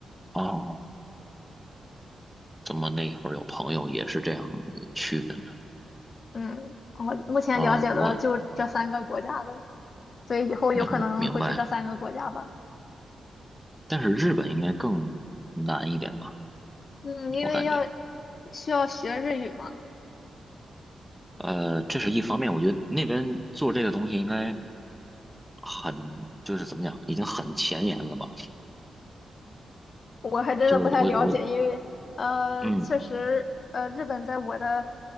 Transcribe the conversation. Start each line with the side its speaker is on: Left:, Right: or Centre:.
Centre: 哦，怎么那会儿有朋友也是这样子去的呢？
Left: 嗯，我目前了解的就这三个国家的，
Centre: 啊，我
Left: 所以以后有可能会去这三个国家吧。
Centre: 明明白。但是日本应该更难一点吧，
Left: 嗯，因为要
Centre: 我感觉。
Left: 需要学日语嘛。
Centre: 呃，这是一方面，我觉得那边做这个东西应该很，就是怎么讲，已经很前沿了吧？
Left: 我还真的不太了解，
Centre: 就是我我
Left: 因为呃，
Centre: 嗯
Left: 确实呃，日本在我的